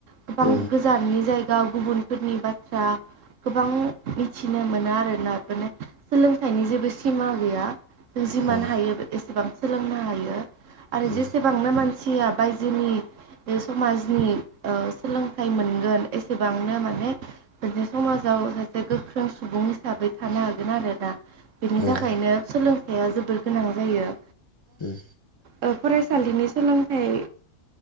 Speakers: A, on the right (about 65°); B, on the left (about 40°).
A: गोबां
B: उम
A: गोजाननि जायग गाव गुबुनफोरनि बाथ्रा गोबां मिथिनो मोनो आरोना बेफोरनो सोलोंथाइनि जेबो सिमा गैया जों जिमान
B: औ
A: हायो एसेबां सोलोंनो हायो। आरो
B: उम
A: जेसेबांनो मानसिया बायजोनि बे समाजनि ओ सोलोंथाइ मोनगोन एसेबांनो माने बि समाजाव <unintelligible> सासे गोख्रों सुबुं हिसाबै थानो हागोन आरो दा बेनि
B: औ
A: थाखायनो
B: उम
A: सोलोंथाइया जोबोर गोनां जायो।
B: उ
A: ओ फरायसालिनि सोलोंथाइ